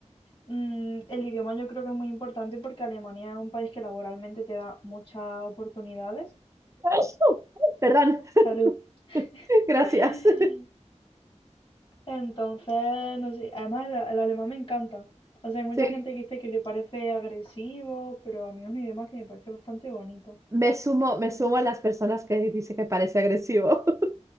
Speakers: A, on the left; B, on the right.
A: Mm, el idioma yo creo que es muy importante porque Alemania es un país que laboralmente te da muchas oportunidades.
B: <laughs> Perdón,
A: Salud.
B: <laughs> gracias.
A: <laughs>
B: <laughs>
A: Entonces, no sé, además el, el alemán me encanta. O sea, hay mucha
B: Sí,
A: gente que dice que le parece agresivo, pero a mí es un idioma que me parece bastante bonito.
B: me sumo, me sumo a las personas que dice que parece agresivo. <laughs>